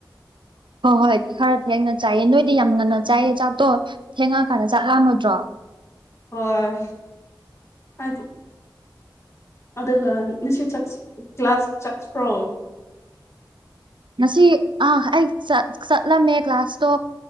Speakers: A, on the right (about 80°); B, on the left (about 35°).
A: ꯍꯣꯏ ꯍꯣꯏ ꯈꯔ ꯊꯦꯡꯅ ꯆꯥꯏꯑ ꯅꯣꯏꯗꯤ ꯌꯥꯝ ꯉꯟꯅ ꯆꯥꯏꯌꯦ ꯆ ꯆꯥꯛꯇꯣ ꯊꯦꯡꯉꯛ ꯀꯥꯟꯗ ꯆꯥꯛ ꯌꯥꯝꯃꯗ꯭ꯔꯣ
B: ꯍ ꯑ ꯑꯗꯨꯒ ꯁꯤ ꯀ꯭ꯂꯥꯁ ꯆꯠꯈ꯭ꯔꯣ
A: ꯉꯁꯤ ꯑ ꯑꯩ ꯆꯠꯂꯝꯃꯦ ꯀ꯭ꯂꯥꯁꯇꯣ